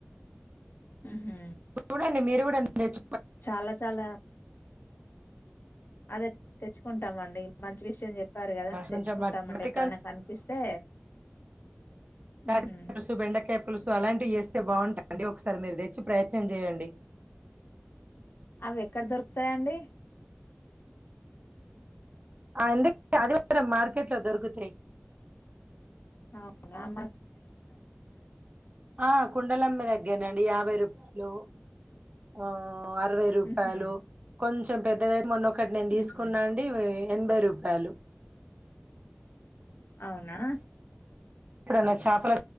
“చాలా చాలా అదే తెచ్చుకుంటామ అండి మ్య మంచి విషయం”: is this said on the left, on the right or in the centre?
Left